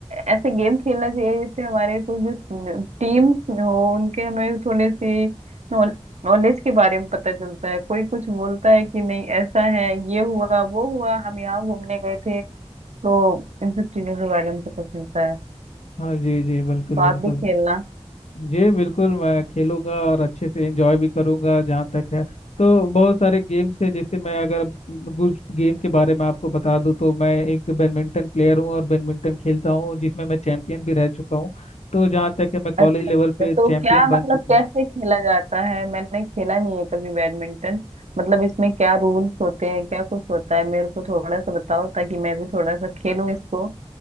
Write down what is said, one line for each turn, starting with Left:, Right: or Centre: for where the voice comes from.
Right: ऐसे गेम खेलना चाहिए जिससे हमारे कुछ जो टीम्स हो उनके हमें थोड़ी सी नॉलेज के बारे में पता चलता है कोई कुछ बोलता है कि नहीं ऐसा है ये हुआ वो हुआ हम यहाँ घूमने गए थे तो इन सब चीजों के बारे में पता चलता है
Left: हाँ जी जी बिल्कुल
Right: तो आप
Left: बिल्कुल
Right: भी खेलना
Left: जी बिल्कुल मैं खेलूंगा और अच्छे से एंजॉय भी करूंगा जहाँ तक है तो बहुत सारे गेम्स है जैसे मैं अगर कुछ गेम के बारे में आपको बता दूं तो मैं एक बैडमिंटन प्लेयर हूँ और बैडमिंटन खेलता हूँ जिसमें मैं चैंपियन भी रह चुका हूँ तो जहाँ तक है मैं कॉलेज
Right: अच्छा
Left: लेवल
Right: अच्छा,
Left: पे
Right: तो
Left: चैंपियन
Right: क्या मतलब
Left: बन चुका
Right: कैसे
Left: हूँ
Right: खेला जाता है मैंने खेला नहीं है कभी बैडमिंटन मतलब इसमें क्या रूल्स होते हैं क्या कुछ होता है मेरे को थोड़ा सा बताओ ताकि मैं भी थोड़ा सा खेलूं इसको